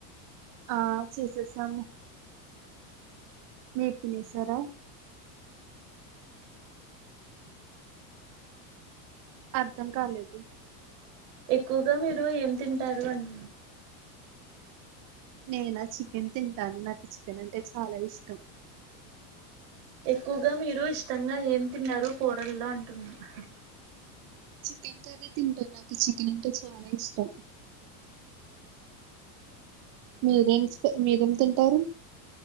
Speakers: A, on the right; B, on the right.
A: ఆ చేసేసము మీ తినేసారా, అర్ధం కాలేదు
B: ఎక్కువగా మీరు ఏం తింటారు, అంట
A: నేనా చికెన్ తింటాను నాకు చికెన్ అంటే చాలా ఇష్టం.
B: ఎక్కువగా మీరు ఇష్టంగా ఏం తిన్నారు కూరల్లో అంటున్నారు.
A: చికెన్ కర్రీ తింటాను నాకు చికెన్ అంటే చాలా ఇష్టం. మీరేం స్ప మీరేం తింటారు.